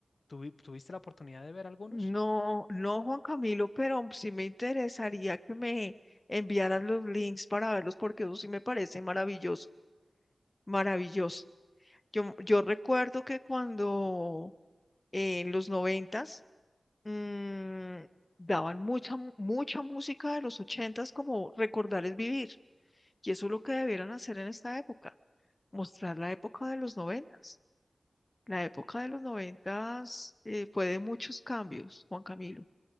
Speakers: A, on the left; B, on the left.
A: ¿Tuvi- ¿Tuviste la oportunidad de ver algunos?
B: No, no, Juan Camilo, pero sí me interesaría que me enviaras los links para verlos porque eso sí me parece maravilloso, maravilloso. Yo, yo recuerdo que cuando eh, en los noventas, mm, daban mucha, mu- mucha música de los ochentas como recordarles vivir. Y eso es lo que debieran hacer en esta época, mostrar la época de los noventas. La época de los noventas eh, fue de muchos cambios, Juan Camilo,